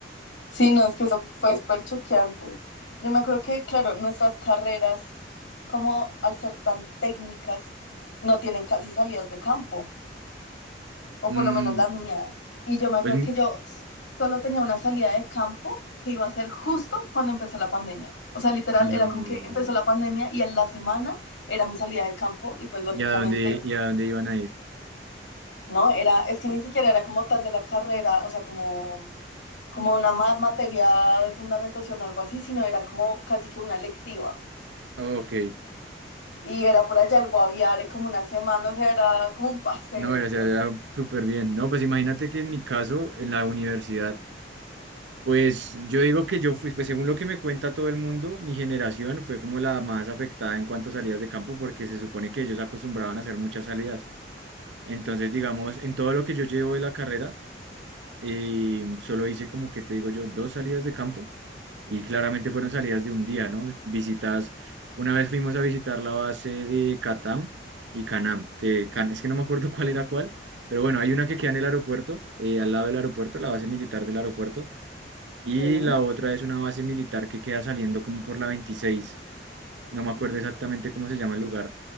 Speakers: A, on the left; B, on the right.
A: Sí, no, es que eso fue súper choqueante. Yo me acuerdo que, claro, nuestras carreras, como al ser tan técnicas, no tienen casi salidas de campo, o
B: Mm,
A: por lo menos la mía. Y yo me acuerdo
B: pues mm,
A: que yo s- solo tenía una salida de campo que iba a ser justo cuando empezó la pandemia. O sea, literal,
B: no,
A: era como que empezó la pandemia y en la semana era mi salida de campo y pues lógicamente...
B: ¿y a dónde, y a dónde iban a ir?
A: No, era, es que ni siquiera era como tal de la carrera, o sea, como, como una ma- materia de fundamentación o algo así, sino era como casi que una electiva
B: Ok,
A: Y era por allá el Guaviare como una semana, o sea, era como un paseo
B: no, o sea,
A: por...
B: era súper bien. No, pues imagínate que en mi caso, en la universidad, Pues yo digo que yo fui, pues según lo que me cuenta todo el mundo, mi generación fue como la más afectada en cuanto a salidas de campo porque se supone que ellos acostumbraban a hacer muchas salidas. Entonces, digamos, en todo lo que yo llevo de la carrera, eh, solo hice como que te digo yo, dos salidas de campo y claramente fueron salidas de un día, ¿no? Visitas, una vez fuimos a visitar la base de Catam y Canam, que Can- es que no me acuerdo <laughs> cuál era cuál, pero bueno, hay una que queda en el aeropuerto, eh, al lado del aeropuerto, la base militar del aeropuerto. Y
A: Sí.
B: la otra es una base militar que queda saliendo como por la veintiséis No me acuerdo exactamente cómo se llama el lugar,